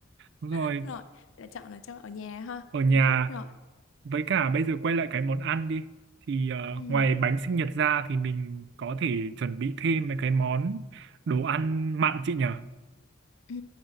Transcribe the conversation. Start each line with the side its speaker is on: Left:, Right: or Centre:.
Right: Đúng rồi,
Left: <laughs> Rồi, là chọn là cho ở nhà ha,
Right: ở nhà
Left: phòng khách rồi.
Right: với cả bây giờ quay lại cái món ăn đi thì ờ,
Left: Ừ,
Right: ngoài bánh sinh nhật ra thì mình có thể chuẩn bị thêm mấy cái món đồ ăn mặn chị nhở
Left: ừ,